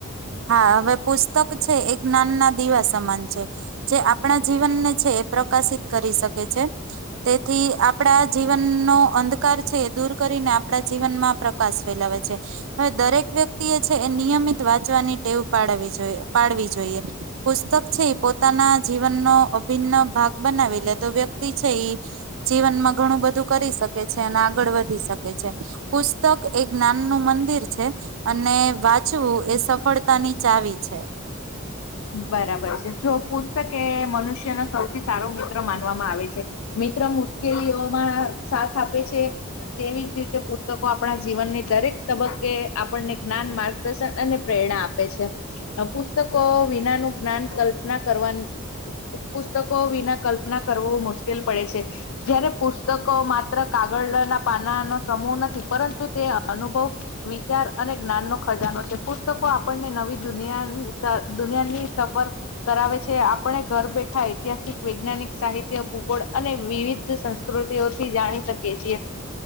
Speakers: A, on the right; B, on the left.
A: હા હવે પુસ્તક છે એ જ્ઞાન ના દીવા સમાન છે જે આપણા જીવનને છે એ પ્રકાશિત કરી શકે છે તેથી આપડા જીવનનો અંધકાર છે એ દૂર કરીને આપડા જીવનમાં પ્રકાશ ફેલાવે છે હવે દરેક વ્યક્તિ એ છે એ નિયમિત વા ટેવ પાડવી જોઈએ પાડવી જ જોઈએ પુસ્તક છે એ પોતાના જીવનનો અભિન્ન ભાગ બનાવી લે તો વ્યક્તિ છે ઈ જીવનમાં ઘણું બધું કરી શકે છે ને આગળ વધી શકે છે. પુસ્તક એક જ્ઞાનનું મંદિર. છે અને વાંચવું એ સફળ તાની ચાવી છે.
B: બરાબર છે જો પુસ્તક એ મનુષ્યનો સૌથી સારો મિત્ર માનવામાં આવે છે મિત્ર મુશ્કેલીઓમાં સાથ આપે છે. તેવી જ રીતે પુસ્તકો આપણા જીવનની દરેક તબક્કે આપણને જ્ઞાન માર્ગદર્શન અને પ્રેરણા આપે છે પુસ તકો વી જ્ઞાનું જ્ઞાન કલ્પના કરવાન પુસ્તક કો વિના કલ્પના કરો મુશ્કેલ પડે છે જયારે પુસ્તકો માત્ર કાગળના પાનાનો સમૂહ નથી પરં તુ તે અનુભવ વિચાર. અને જ્ઞાન નો ખજાનો છે પુસ્તકો આપણને નવી દુનિયા દુનિયાની સફર કરાવે છે આપણે ઘર બેઠા ઐતિહાસિક વૈજ્ઞાનિક સાહિત્ય ભૂગોળ અને વિવિધ સંસ્કૃતિઓથી જાણી શકીએ છીએ